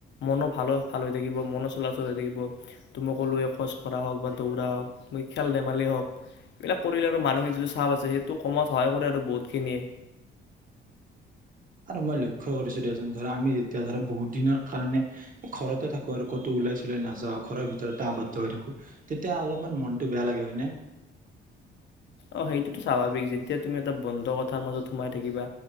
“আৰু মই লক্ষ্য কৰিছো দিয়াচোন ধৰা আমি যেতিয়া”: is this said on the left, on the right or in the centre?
Right